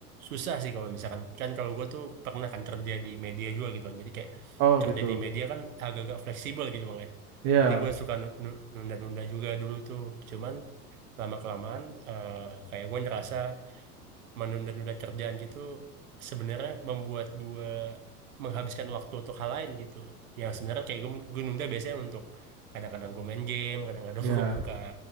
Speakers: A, on the right; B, on the right.
A: susah sih kalau misalkan kan kalau gue tuh pernah kan kerja di media juga gitu kan. Jadi kayak
B: oh
A: kerja
B: gitu,
A: di media kan agak-agak fleksibel gitu bang ya.
B: ya
A: Jadi gue suka nu- nu- nunda-nunda juga dulu tuh. Cuman lama kelamaan kayak gue ngerasa menunda-nunda kerjaan gitu sebenarnya membuat gue menghabiskan waktu untuk hal lain gitu yang sebenarnya kayak gue, gue nunda biasanya untuk kadang-kadang gue main game kadang-kadang
B: ya
A: <laughs> gue buka